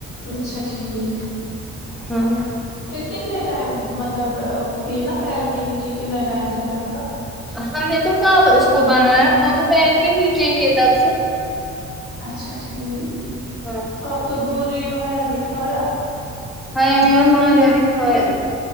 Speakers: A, on the left; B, in the centre.
A: اچھا جییک
B: ہاں
A: پھر کتنے ٹائم مطلب یہ نا فین کنی چی کنا ائم تک را
B: ہمندے تو <inaudible> ک اس کو بنایا وہ تو فن کے نیچے ہی ہے تب سے
A: اچھا ٹھیک
B: ہاں
A: اب تو بول ریو ہیا نہیں کھایا
B: مینے اور ماریا نے کھایا